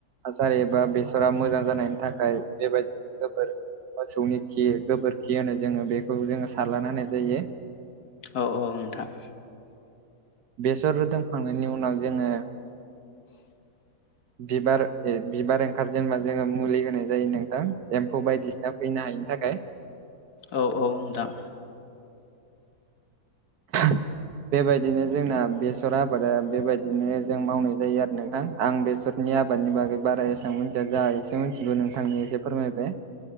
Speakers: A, on the right; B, on the left.
A: हासार एबा बेसरा मोजां जानायनि थाखाय बेबायदिनो गोबोर मोसौनि खि गोबोरखि होनो जोङो बेखौ जोङो सारलना होनाय जायो।
B: औ औ नोंथां
A: बेसर रोदोमखांनायनि उनाव जोङो
B: <inaudible>
A: बिबार ए बिबार ओंखार जेनबा जोङो मुलि होनाय जायो नोंथां एम्फौ बायदिसिना फैनो हायि थाखाय
B: औ औ नोंथां
A: <inaudible> बेबायदिनो जोंना बेसर आबादा बेबायदिनो जों मावनाय जायो आरो नोंथां आं बेसर नि आबादनि बागै बारा एसेबां मोनथिया जा एसे मिथिगौ नोंथांनि एसे फोरमायबाय